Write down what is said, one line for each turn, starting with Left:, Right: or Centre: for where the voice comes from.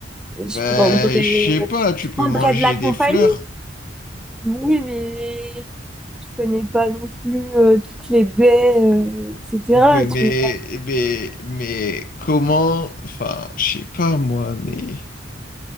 Centre: Je
Left: Ben,
Centre: prendrais,
Left: je sais
Centre: je
Left: pas, tu peux
Centre: prendrais
Left: manger
Centre: de la compagnie.
Left: des fleurs.
Centre: Oui, mais je connais pas non plus euh, toutes les baies, euh, etc.
Left: Ouais, mais,
Centre: Tu vois.
Left: mais, mais comment, enfin, je sais pas moi, mais